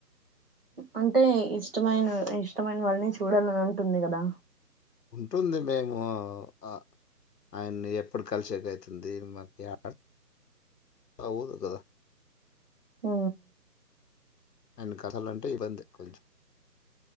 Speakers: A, on the right; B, on the left.
A: అంటే ఇష్టమైన ఇష్టమైన వాళ్ళని చూడాలని ఉంటుంది కదా
B: ఉంటుంది మేము ఒ ఆ ఆయన్ని ఎప్పుడు కలిసేకి అయితుంది మాకు యాడ అవుదు కదా
A: ఆ
B: ఆయన కదలంటే ఇబ్బందె కొంచెం